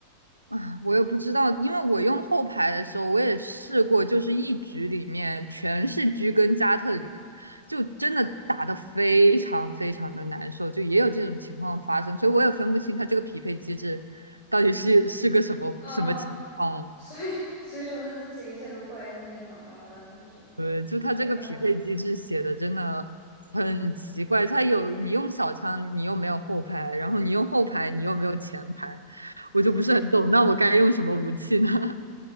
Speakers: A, on the right; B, on the left.
A: 啊，我也不知道，因为我用后排的时候，我也试过，就是一局里面全是狙跟加特林，就真的打得非常非常的难受，就也有这种情况发生，所以我也分不清它这个匹配机制到底是是个什么什么情况。
B: 啊，所以所以说这这一切都怪任天堂吧，反正就是
A: 对，就它这个匹配机制写的真的很奇怪，
B: 就没办法，
A: 它有你用小枪，你又没有后排，然后你用后排，你又没有前排，
B: 哼。
A: 我就不是很懂，那我该用什么武器呢？<laughs>